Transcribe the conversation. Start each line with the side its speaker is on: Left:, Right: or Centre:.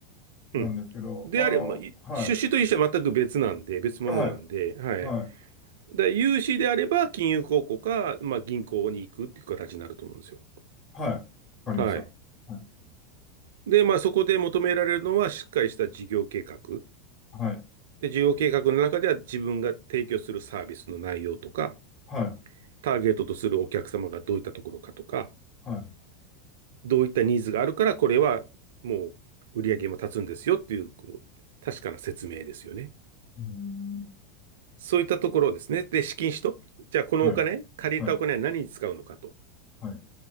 Left: なんですけど、
Right: うん。であれば、
Left: あの、
Right: ま出資と融資は全く別なんで、
Left: はい、
Right: 別物なんで、
Left: はい、
Right: はい。
Left: はい。
Right: で、融資であれば金融公庫か、まあ、銀行に行くっていう形になると思うんですよ。
Left: はい。わかりました。
Right: はい。
Left: はい。
Right: で、まあ、そこで求められるのはしっかりした事業計画。
Left: はい。
Right: で、事業計画の中では自分が提供するサービスの内容とか、
Left: はい。
Right: ターゲットとするお客様がどういったところかとか、
Left: はい。
Right: どういったニーズがあるから、これはもう売り上げも立つんですよっていう、こう、確かな説明ですよね。
Left: うーん。
Right: そういったところですね。で、資金使途。じゃあ、このお金、
Left: はい。
Right: 借りたお金は何に使うのかと。
Left: はい。はい。